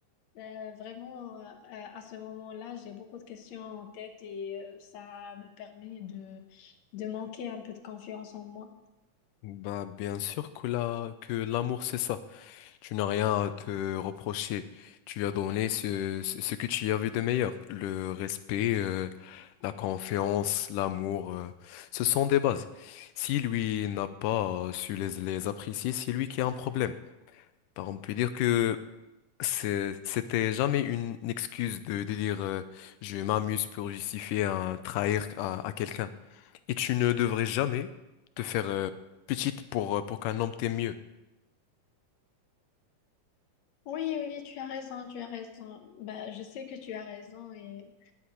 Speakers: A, on the left; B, on the left.
A: Euh, vraiment, euh, à ce moment-là, j'ai beaucoup de questions en tête et euh, ça me permet de, de manquer un peu de confiance en moi.
B: Bah, bien sûr que la, que l'amour, c'est ça. Tu n'as rien à te reprocher. Tu as donné ce, ce ce que tu y avais de meilleur. Le respect, euh, la confiance, l'amour, euh, ce sont des bases. Si lui n'a pas su les, les apprécier, c'est lui qui a un problème. Par on peut dire que c'est- c'était jamais une excuse de, de dire euh, je m'amuse pour justifier un trahir à, à quelqu'un. Et tu ne devrais jamais te faire euh, petite pour, pour qu'un homme t'aime mieux.
A: Oui, oui, tu as raison, tu as raison. Bah, je sais que tu as raison et